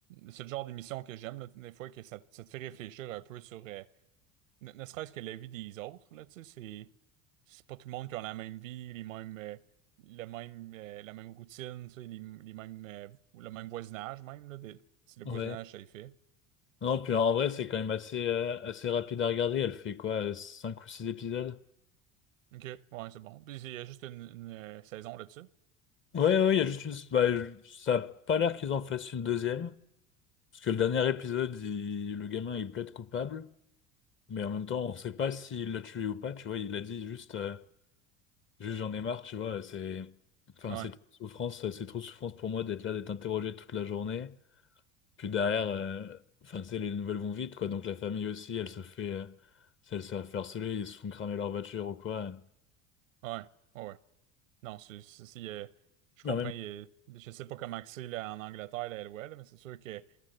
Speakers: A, on the right; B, on the left.
A: c'est le genre d'émission que j'aime, là, des fois, que ça, ça te fait réfléchir un peu sur, euh, Ne, ne serait-ce que la vie des autres, là, tu sais, c'est, c'est pas tout le monde qui a la même vie, les mêmes, euh, le même, euh, la même routine, tu sais, les, les mêmes, euh, le même voisinage même, là, de- si le
B: Ouais.
A: voisinage, ça y fait.
B: Non, puis en vrai, c'est quand même assez, euh, assez rapide à regarder. Elle fait quoi, euh, 5 ou 6 épisodes?
A: OK, ouais, c'est bon. Puis il y a juste une, une, euh, saison là-dessus.
B: Ouais, ouais, il y a juste une. bah, je- ça a pas l'air qu'ils en fassent une deuxième. Parce que le dernier épisode, il- le gamin, il plaide coupable, mais en même temps, on sait pas s'il l'a tué ou pas, tu vois, il a dit juste, euh, juste j'en ai marre, tu vois, c'est, enfin,
A: Ouais,
B: c'est trop de souffrance, c'est trop de souffrance pour moi d'être là, d'être interrogé toute la journée. Puis derrière, euh, enfin, tu sais, les nouvelles vont vite, quoi, donc la famille aussi, elle se fait, euh, elle se fait harceler, ils se font cramer leur voiture ou quoi.
A: ouais, ouais. ouais. Non, c'est, c'est- c'est, euh, je comprends.
B: Mais en même
A: euh, je sais pas comment que c'est là, en Angleterre, la LOL, là, mais c'est sûr que tu